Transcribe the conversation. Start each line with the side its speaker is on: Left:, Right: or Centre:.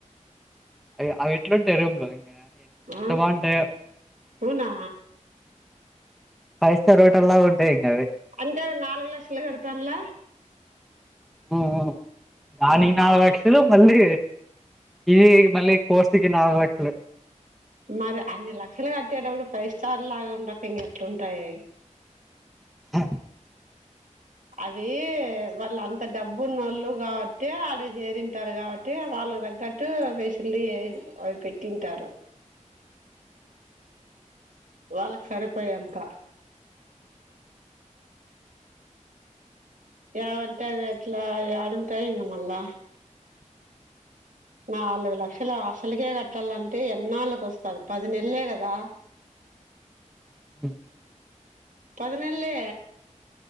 Centre: అవి అవి ఎట్లా ఉంటయి ఇంగ
Right: ఆ
Centre: ఎంత బాగుంటాయో
Right: అవునా
Centre: ఫైవ్ స్టార్ హోటల్లాగ ఉంటాయి ఇంగ అవి
Right: అంటే నాలుగు లక్షలు కడుతండ్ల
Centre: ఆ అ దానికి నాలుగు లక్షలు మళ్ళీ ఇది మళ్ళీ కోర్సుకి నాలుగు లక్షలు
Right: మరి అన్ని లక్షలు కట్టేటప్పుడు ఫైవ్ స్టార్ లాగా ఉండాక ఇంగ ఎట్లుంటాయి
Centre: అ
Right: అవి వాళ్ళు అంత డబ్బు నోళ్లు కాబట్టే అడికి చేరింటారు కాబట్ ట్టి వాళ్ళ తగ్గట్టు ఫెసిలిటీ అవి పెట్టింటారు వాళ్ళకి సరిపోయెంత ఏవంటా అవి ఎట్లా ఏడుంటాయి ఇంగ మళ్ళా నాలుగు లక్షలు హాస్టల్ కే కట్టాలంటే ఎన్నాళ్ కోస్తంది పది నెల్లే కదా
Centre: ఉ
Right: పదినెళ్ళే.